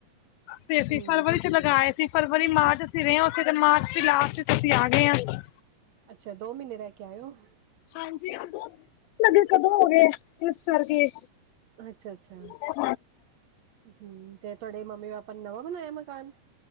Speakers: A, on the left (about 90°); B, on the right (about 65°).
A: ਤੇ
B: ਹਮ
A: ਫਰਵਰੀ'ਚ ਲਗਾਏ ਅਸੀਂ ਫਰਵਰੀ, ਮਾਰਚ ਅਸੀਂ ਰਹੇ ਹਾਂ ਉੱਥੇ, ਤੇ ਮਾਰਚ ਦੀ ਲਾਸਟ'ਚ ਅਸੀਂ ਆ ਗਏ ਹਾਂ।
B: ਅੱਛਾ, ਦੋ ਮਹੀਨੇ ਰਹਿਕੇ ਆਏ ਹੋ?
A: ਹਾਂਜੀ, ਅੱਗੇ ਕਦੋਂ ਖਤਮ ਹੋ ਗਏ ਇਸ ਕਰਕੇ।
B: ਅੱਛਾ-ਅੱਛਾ।
A: ਹਾਂ
B: ਹੂੰ, ਤੇ ਤੁਹਾਡੇ ਮੰਮੀ-ਪਾਪਾ ਨੇ ਨਵਾਂ ਬਣਾਇਆ ਮਕਾਨ?